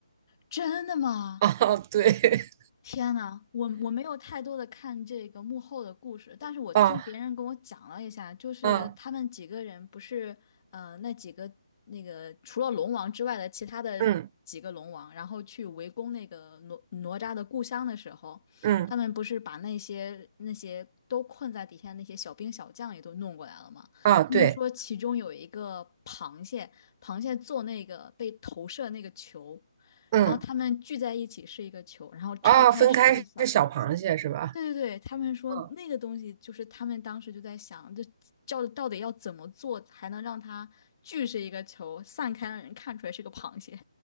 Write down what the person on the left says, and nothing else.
真的吗？
天呐，我我没有太多的看这个幕后的故事，但是我听别人跟我讲了一下，
就是他们几个人不是呃那几个那个除了龙王之外的其他的几个龙王，
然后去围攻那个哪哪吒的故乡的时候，
他们不是把那些那些都困在底下那些小兵小将也都弄过来了吗？
他们说其中有一个螃蟹，螃蟹做那个被投射那个球。
然后他们聚在一起是一个球，然后拆开是一个小螃蟹。
对对对，他们说那个东西就是他们当时就在想，
这叫到底要怎么做才能让它聚是一个球，散开让人看出来是个螃蟹。